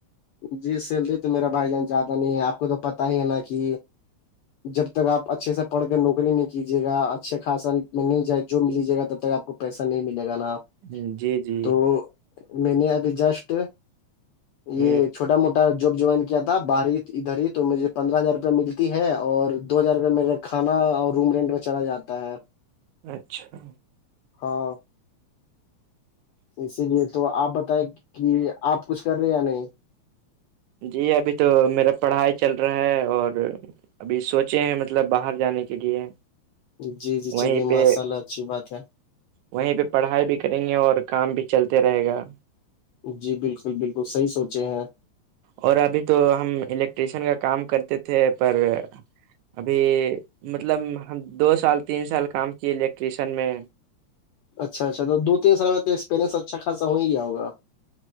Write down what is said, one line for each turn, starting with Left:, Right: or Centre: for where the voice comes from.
Left: جی سیلری تو میرا بھائی جان زیادہ نہیں ہے آپ کو تو پتا ہی ہے نا کہ جب تک آپ اچھے سے پڑھ کے نوکری نہیں کیجیے گا اچھے خاصا میں نہیں جائے جو ملیجیے گا تب تک آپ کو پیسہ نہیں ملے گا نا
Right: ہ جی جی
Left: تو میں نے ابھی جسٹ یہ
Right: ہ
Left: ھوا موٹا جاب جوائن کیا تھا باہ ادھر ہی تو مجے پندرہ ہزار روپئے ملتی ہے اور دو ہزار روپئے میںیر کھانا اور روم رینٹ میں چلا جاتا ہے
Right: اچھا
Left: ہاں اسی لیے تو آپ بتائیں کہ آپ کچھ کر رہے یا نہیں
Right: جی ابھی تو میرا پڑھائی چل رہا ہے اور ابھی سوچے ہیں مطلب باہر جانے کے لیے
Left: جی جی
Right: وہیں
Left: چلیے
Right: پہ
Left: ماشاء اللہ اچھی بات ہے
Right: وہیں پہ پڑھائی بھی کریں گے اور کام بھی چلتے رہے گا
Left: جی بالکل بالکل صحی سوچے ہیں
Right: اور ابھی تو ہم الیکٹریشین کا کام کرتے تھے پر ابھی مطلب ہم دو سال تین سال کام کیے الیکٹریشن میں
Left: اچھا اچھا تو دو تین سم میں تو ایکپریئنس اچھا خاصا ہی گیا ہوا